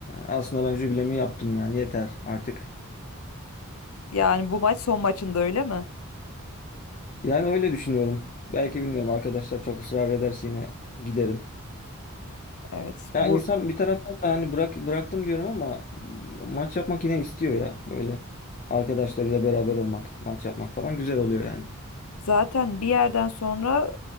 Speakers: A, on the left; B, on the left.
A: Aslında ben jübilemi yaptım yani. Yeter artık.
B: Yani bu maç son maçında öyle mi?
A: Yani öyle düşünüyorum. Belki bilmiyorum arkadaşlar çok ısrar ederse yine giderim.
B: Evet
A: Ya
B: bu
A: insan bir taraftan da hani bırak bıraktım diyorum ama e, maç yapmak yine istiyor ya. Böyle arkadaşlarıyla beraber olmak, maç yapmak falan güzel oluyor yani.
B: Zaten bir yerden sonra